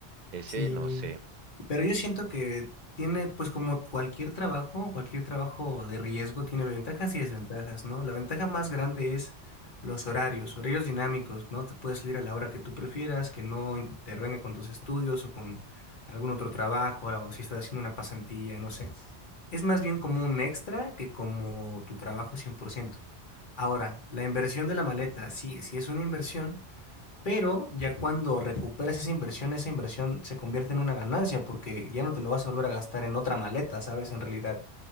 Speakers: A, on the right; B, on the left.
A: Ese
B: Sí,
A: no sé.
B: Pero yo siento que tiene, pues como cualquier trabajo, cualquier trabajo de riesgo tiene ventajas y desventajas, ¿no? La ventaja más grande es los horarios, horarios dinámicos, ¿no? Te puedes salir a la hora que tú prefieras, que no intervenga con tus estudios o con algún otro trabajo, o si estás haciendo una pasantía, no sé. Es más bien como un extra que como tu trabajo cien por ciento Ahora, la inversión de la maleta, sí, sí es una inversión pero ya cuando recuperas esa inversión, esa inversión se convierte en una ganancia porque ya no te lo vas a volver a gastar en otra maleta, ¿sabes? En realidad,